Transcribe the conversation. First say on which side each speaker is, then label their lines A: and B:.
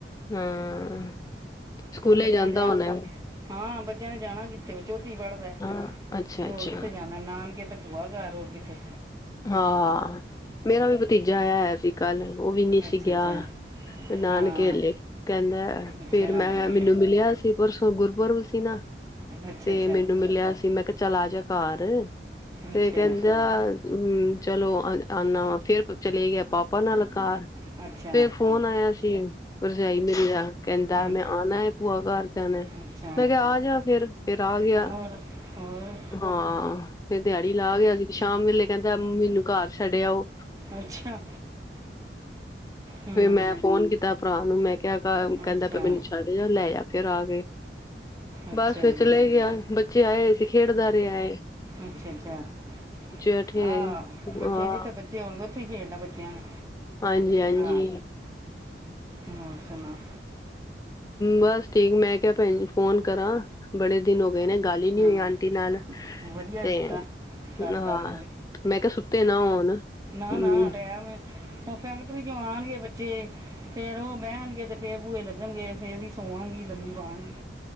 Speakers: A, on the left (about 20°); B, on the right (about 20°).
A: ਹਾਂ ਸਕੂਲੇ
B: ਬੱਚਿਆਂ
A: ਜਾਂਦਾ
B: ਨੇ ਜਾ
A: ਹੋਣਾ
B: ਹਾਂ ਬੱਚਿਆਂ ਨੇ ਜਾਣਾ ਕਿ ਤੇ ਚੌਥੀ ਚ ਪੜ੍ਹਦਾ
A: ਹਾਂ ਅੱਛਾ
B: ਹੋਰ
A: ਅੱਛਾ
B: ਕਿੱਥੇ ਜਾਣਾ ਨਾਨਕੇ ਤੇ ਭੂਆ ਕਰ ਹੋਰ ਕਿੱਥੇ
A: ਹਾਂ ਮੇਰਾ ਵੀ ਭਤੀਜਾ ਆਇਆ ਸੀ ਕੱਲ ਉਹ ਵੀ ਨਹੀਂੀ
B: ਅੱਛਾ
A: ਸੀ ਗਿਆ
B: ਅੱਛਾ
A: ਨਾਨਕੇਲੇ
B: ਹਾਂ
A: ਕਹਿੰਦਾ
B: ਅੱਛਾ
A: ਫੇਿਰ ਮੈਂ ਮੈਨੂੰ ਮਿਲਿਆ ਸੀ ਪਰ ਗੁਰਪੁਰਬ ਸੀ ਨਾ
B: ਅੱਛਾ
A: ਤੇ ਮੈਨੂੰ ਮਿਲਿਆ ਸੀ ਮੈਂ ਕਿਹਾ ਚਲਾ ਜਾਹਾ ਕਾਰ ਤੇ
B: ਅੱਛਾ
A: ਕਹਿੰਦਾ ਹੂੰ ਚਲੋ ਆਨਾ ਵ ਫੇਰ ਚਲੇ ਗਿਆ ਪਾਪਾ ਨਾਲ ਕਾਰ
B: ਅੱਛਾ ਅੱਛਾ
A: ਫ ਫੋਨ ਆਇਆ ਸੀ ਪਰਜਾਇ ਮੇਰੀ ਦਾ ਕਹਿੰਦਾ
B: ਹੂੰ
A: ਮੈਂ ਆਣਾ ਭੂਆ ਘਰ ਜਾਣਾ
B: ਅੱਛਾ
A: ਮੈਂ ਕਿਹਾ ਆ ਜਾ ਫਿਰ ਫਿਰ ਆ ਗਿਆ
B: ਹੋਰ ਹੋਰ
A: ਹਾਂ ਫੇਰ ਦਿਹਾੜੀ ਲਾ ਗਿਆ ਸੀ ਸ਼ਾਮ ਵੇਲੇ ਕਹਿੰਦਾ ਮੈਨੂੰ ਘਰ ਛੱਡਿਆਓ
B: ਅੱਛਾ ਹੂੰ
A: ਫਿਰ ਮੈਂ ਫੋਨ ਕੀਤਾ ਭਰਾ ਨੂੰ ਮੈਂ ਕਿਹਾ ਕਹਿੰਦਾ
B: ਅੱਛਾ
A: ਪ ਮੈਨੂੰ ਛੱਡ ਲੈ ਆ ਫਿਰ ਆ ਕੇ
B: ਅੱਛਾ
A: ਬਸ ਫਿਰ
B: ਜੀ
A: ਚਲੇ ਗਿਆ ਬੱਚੇ ਆਏ ਸੀ ਖੇਡਦਾ ਰਿਹਾਏ
B: ਅੱਛਾ, ਅੱਛਾ
A: ਬੈਠੇ
B: ਆਹ
A: ਹੋਏ
B: ਬੱਚਾ
A: ਹਾਂ
B: ਜੀ ਤਾਂ ਬੱਚੇ ਆਉਣਗੇ ਉੱਥੇ ਖੇਡਦਾ ਬੱਚਿਆਂ ਨੂੰ
A: ਹਾਂਜੀ-ਹਾਂਜੀ,
B: ਹਾਂ ਹੋਰ ਸੁਣਾ
A: ਬਸ ਠੀਕ ਮੈਂ ਕਿਹਾ ਭੈ ਫੋਨ ਕਰਾਂ ਬੜੇ ਦਿਨ ਹੋ ਗਏ ਨੇ ਗੱਲ ਹੀ ਨੀ
B: ਹੂੰ
A: ਹੋਈ ਆਂਟੀ ਨਾਲ
B: ਵਧੀਆ
A: ਤੇ
B: ਕੀਤਾ ਕਰਤਾ
A: ਹਾਂ
B: ਫੋਨ
A: ਮੈਂ ਕਿਹਾ ਸੁੱਤੇ ਨਾ ਆਣ ਹੂੰ
B: ਨਾ ਨਾ ਟਾਈਮ ਹੈ ਉਹ ਫੈਕਟਰੀ ਚੋਂ ਆਉਣਗੇ ਬੱਚੇ ਫੇਰ ਉਹ ਬਹਿਣਗੇ ਤੇ ਫੇਰ ਬੂਹੇ ਲੱਗਣਗੇ ਫੇਰ ਪਵਾਂਗੀ ਲੰਮਮੀ ਪਾਵਾਂਗੀ